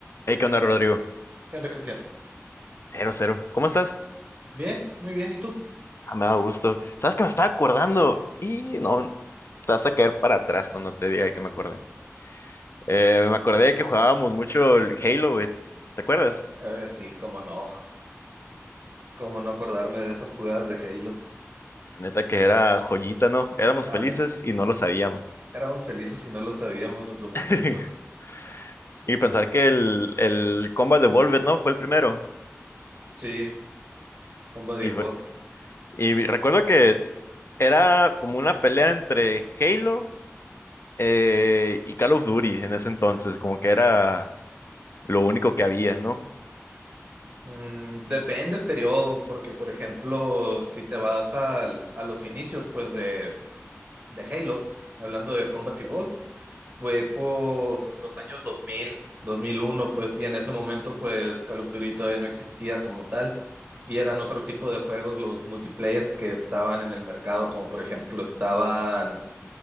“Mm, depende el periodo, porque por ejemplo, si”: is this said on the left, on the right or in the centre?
Right